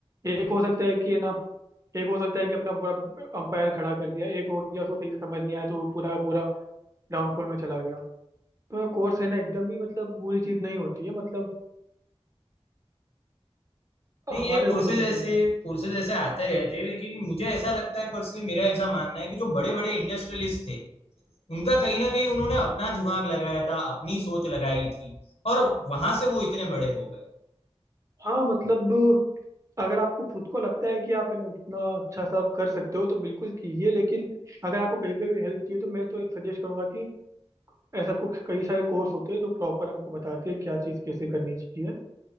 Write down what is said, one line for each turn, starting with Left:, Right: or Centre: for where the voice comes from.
Right: एक हो सकता है कि है ना एक हो सकता है कि अपना पूरा अंपायर खड़ा कर दिया एक हो गया उसको सही से समझ नहीं आया तो वो पूरा का पूरा डाउनफॉल में चला गया तो कोर्स है ना एकदम ही मतलब बुरी चीज नहीं होती है मतलब
Left: नहीं
Right: हमारे
Left: ये कोर्सेज
Right: ऊपर होता
Left: ऐसे
Right: है वो
Left: कोर्सेज ऐसे आते रहते हैं लेकिन मुझे ऐसा लगता है पर्सनली मेरा ऐसा मानना है कि जो बड़े बड़े इंडस्ट्रियलिस्ट थे उनका कहीं ना कहीं उन्होंने अपना दिमाग लगाया था अपनी सोच लगाई थी और वहां से वो इतने बड़े हो गए
Right: हाँ मतलब अगर आपको खुद को लगता है कि आप है ना उतना अच्छा सा आप कर सकते हो तो बिल्कुल कीजिए लेकिन अगर आपको कहीं पे भी हेल्प चाहिए तो मैं तो सजेस्ट करूंगा कि ऐसा कुछ कई सारे कोर्स होते हैं जो प्रॉपर हमको बताते हैं क्या चीज़ कैसे करनी चाहिए